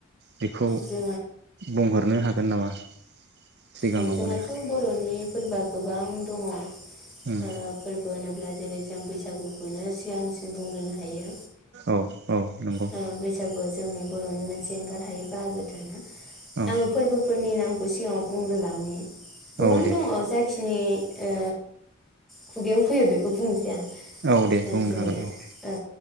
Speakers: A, on the right; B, in the centre.
A: बेखौ
B: जोंहाथ' औ
A: बुंहरनो हागोन नामा सिगाङाव
B: औ जोंहाथ'
A: माने
B: बर'नि फोर्बआ गोबां दङ अ
A: उम
B: <inaudible> अब्ला जेरै जों बैसागुखौनो सिगांसिन बुंग्रोनो हायो
A: औ औ नंगौ
B: ओ बैसागुआ जोंनि <inaudible> आङो
A: औ
B: फोर्बोफोरनि नाम <unintelligible> बुंग्रोलांनि गोबां
A: औ दे
B: दङ जाखिनि ओ खुगायाव फैयो बेखौ बुंनोसै आं
A: औ दे
B: ओ
A: बुंनो
B: जेरै
A: हागोन औ
B: ओ